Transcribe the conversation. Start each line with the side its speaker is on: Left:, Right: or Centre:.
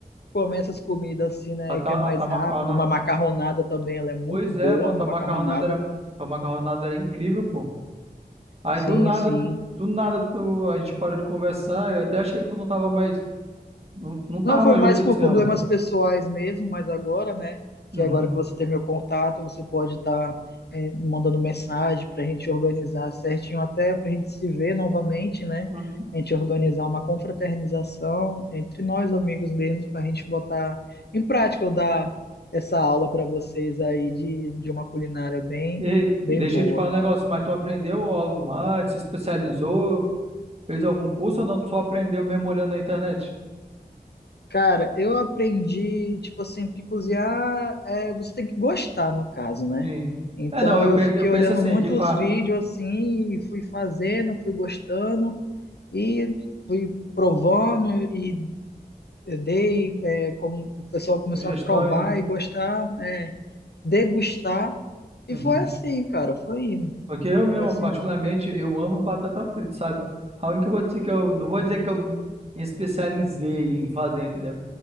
Left: comer essas comidas assim, né?
Right: A, ta-
Left: Que é mais
Right: a tua
Left: rápido.
Right: macarronada,
Left: Uma macarronada também, ela é muito
Right: pois
Left: boa,
Right: é, pô,
Left: uma
Right: tua
Left: macarronada.
Right: macarronada era, tua macarronada era incrível, pô. Aí
Left: Sim,
Right: do nada,
Left: sim.
Right: tu- do nada tu, a gente parou de conversar. Eu até achei que tu não tava mais, não, não tava
Left: Não foi
Right: mais
Left: mais
Right: gostando
Left: por
Right: desse
Left: problemas
Right: ramo.
Left: pessoais mesmo, mas agora, né? Que
Right: Uhum.
Left: agora que você tem meu contato, você pode estar mandando mensagem para a gente organizar certinho, até para a gente se ver novamente, né?
Right: Uhum.
Left: A gente organizar uma confraternização entre nós, amigos mesmo, para a gente botar em prática. Eu dar essa aula para vocês aí de, de uma culinária bem,
Right: E
Left: bem
Right: deixa
Left: boa.
Right: eu te falar um negócio, mas tu aprendeu algo mais? Se especializou? Fez algum curso ou não? Tu só aprendeu mesmo olhando na internet?
Left: Cara, eu aprendi, tipo assim, que cozinhar é, você tem que gostar, no caso, né?
Right: Sim.
Left: Então
Right: É, não, eu
Left: eu
Right: penso,
Left: fiquei
Right: eu penso
Left: olhando
Right: assim,
Left: muitos
Right: aqui para
Left: vídeos assim, e fui fazendo, fui gostando e fui provando e dei, é, como o pessoal começou
Right: sugestões,
Left: a provar
Right: né?
Left: e gostar, é, degustar. E
Right: Uhum.
Left: foi assim, cara, foi indo.
Right: Porque eu mesmo,
Left: Foi assim
Right: particularmente,
Left: que
Right: eu amo batata frita, sabe? A única coisa assim que eu, não vou dizer que eu me especializei em fazer, entendeu?